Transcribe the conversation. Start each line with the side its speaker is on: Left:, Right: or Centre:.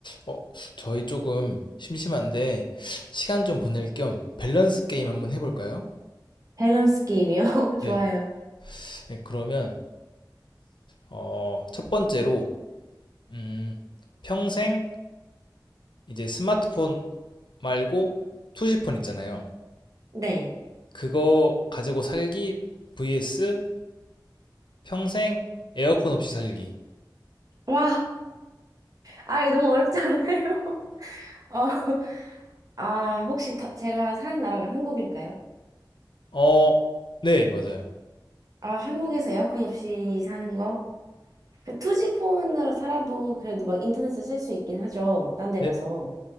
Left: 어, 저희 조금 심심한데 시간 좀 보낼 겸 밸런스 게임 한번 해볼까요?
Right: 밸런스 게임이요? <laughs> 좋아요.
Left: 네. 네, 그러면 어, 첫 번째로 음, 평생 이제 스마트폰 말고 투지폰 있잖아요.
Right: 네.
Left: 그거 가지고 살기 vs 평생 에어컨 없이 살기.
Right: 와, 아, 이거 너무 어렵잖아요. <laughs> 어, 아, 혹시 더- 제가 사는 나라가 한국일까요?
Left: 어, 네, 맞아요.
Right: 아, 한국에서 에어컨 없이 사는 거? 그 투지 폰으로 살아도 그래도 막 인터넷을 쓸 수 있긴 하죠. 딴 데
Left: 네.
Right: 가서.